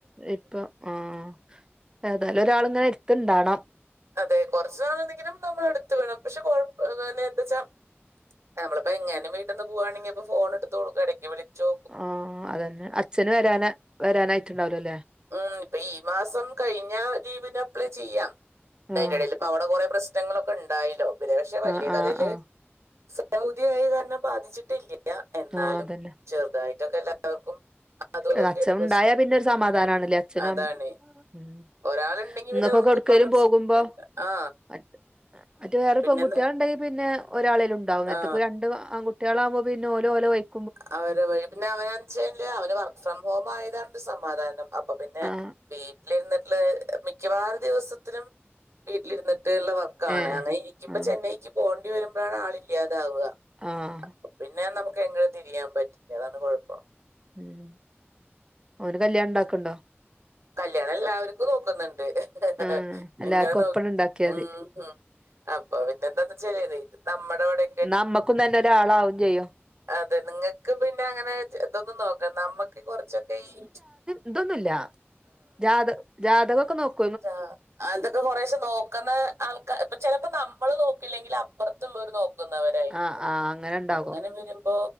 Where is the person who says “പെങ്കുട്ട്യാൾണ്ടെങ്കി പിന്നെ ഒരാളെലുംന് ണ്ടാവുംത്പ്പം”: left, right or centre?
Right